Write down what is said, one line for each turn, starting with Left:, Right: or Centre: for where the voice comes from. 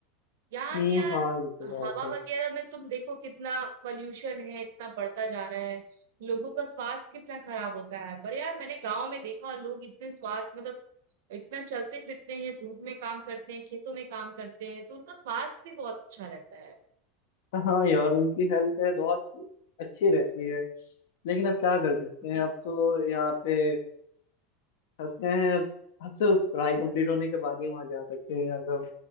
Right: यहाँ
Left: हम्म,
Right: के यार
Left: हाँ ये तो
Right: हवा
Left: बात है
Right: वगैरह में तुम देखो कितना पॉल्यूशन है इतना बढ़ता जा रहा है लोगों का स्वास्थ्य कितना खराब होता है पर यार मैंने गांव में देखा लोग इतने स्वास्थ्य मतलब इतना चलते फिरते हैं धूप में काम करते हैं खेतों में काम करते हैं तो उनका स्वास्थ्य भी बहुत अच्छा रहता है
Left: हाँ यार उनकी हेल्थ है बहुत अच्छी रहती है लेकिन अब क्या कर सकते हैं
Right: जी
Left: अब तो यहाँ पे फंस गए हैं अब अब तो पढ़ाई कंप्लीट होने के बाद ही वहाँ जा सकते हैं अगर